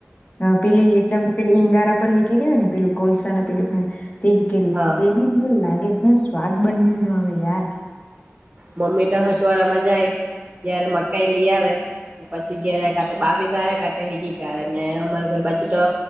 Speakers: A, on the left; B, on the right.
A: ના પેલી એકદમ પેલી ઈંગારા પર હેકેલી હોય ને પેલું કોલસા ના પેલું ભાઈ તે હકેલી
B: હા.
A: એ બી હું લાગે હું સ્વાદ બન્યું નો આવે યાર
B: મમ્મી તો હટવાડા માં જાય જય્યારે મકાઈ લઈ આવે પછી ઘેરાય કા તો બાફી કાટે કે કા હેગી કે ને અમારી ઘર બાજુ તો